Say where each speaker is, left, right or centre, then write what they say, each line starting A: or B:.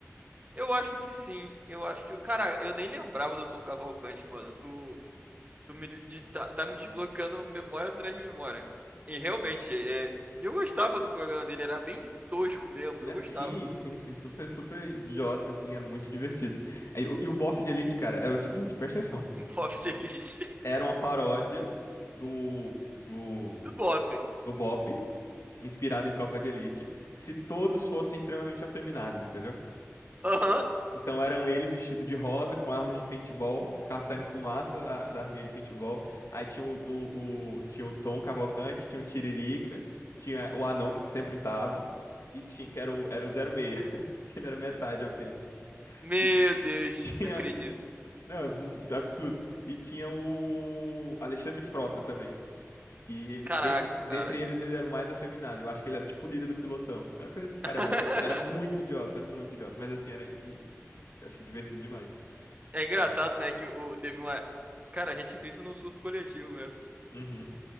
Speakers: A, on the right (about 30°); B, on the left (about 70°).
A: Eu acho que sim. Eu acho que. Cara, eu nem lembrava do Tom Cavalcante, mano. Tu, Tu me de- tá, tá me desbloqueando memória atrás de memória. E realmente, é, e eu gostava do programa dele, era bem tosco mesmo,
B: Né?
A: eu gostava.
B: Sim, sim, sim. Super, super idiota, assim. Era muito divertido. Aí, o- E o, bofe de Elite, cara, é o seguinte, presta atenção.
A: <laughs> pop Feliz
B: Era uma paródia do, do,
A: do Bop.
B: do Bop, inspirado em Tropa de Elite, se todos fossem extremamente afeminados, entendeu?
A: Aham.
B: Então eram eles vestidos de rosa, com armas de paintball, ficava saindo fumaça da, da arminha de paintball. Aí tinha o, o, o- tinha o Tom Cavalcante, tinha o Tiririca, tinha o anão que sempre tava, e tinha, que era o, era o 06, <laughs> que ele era metade apenas.
A: Meu
B: E, ti-
A: Deus,
B: e tinha,
A: não acredito.
B: ti- Não, é abs- absurdo. E tinha o Alexandre Frota também. Que ele,
A: Caraca,
B: dentre, dentre
A: cara.
B: eles, ele era o mais afeminado. Eu acho que ele era tipo o líder do pilotão. Era coisa assim, cara,
A: <laughs>
B: era, era muito idiota, era muito idiota. Mas assim, era in- assim, divertido demais.
A: É engraçado,
B: É.
A: né, que o, teve uma... Cara, a gente vive num surto coletivo mesmo.
B: Uhum.